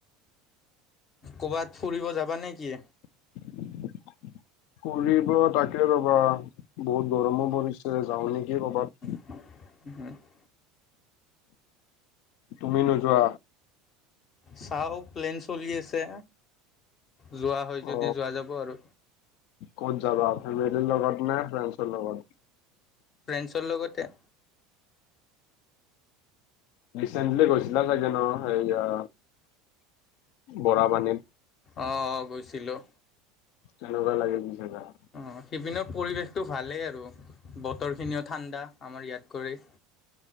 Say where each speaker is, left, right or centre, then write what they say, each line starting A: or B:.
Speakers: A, on the left (about 40°); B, on the left (about 60°).
A: কবাত ফুৰিব যাবা নেকি?
B: <unintelligible> ফুৰিব তাকে ৰ'বা বহুত গৰমো পৰিছে, যাওঁ নেকি কবাত।
A: <unintelligible>
B: তুমি নোযোৱা?
A: চাওঁ প্লেন চলি আছে। যোৱা হয়
B: অ
A: যদি যোৱা যাব আৰু।
B: ক'ত যাবা? ফেমেলিৰ লগত নে ফ্ৰেণ্ডছৰ লগত?
A: ফ্ৰেণ্ডছৰ লগতে।
B: ৰেছেণ্টলী গৈছিলা চাগে ন হেৰি এইয়া বৰা পানীত।
A: অ, অ গৈছিলোঁ।
B: কেনেকুৱা লাগিল পিছে যাই?
A: অঁ সেইপিনেৰ পৰিৱেশটো ভালেই আৰু বতৰখিনিও ঠাণ্ডা আমাৰ ইয়াত কৰি।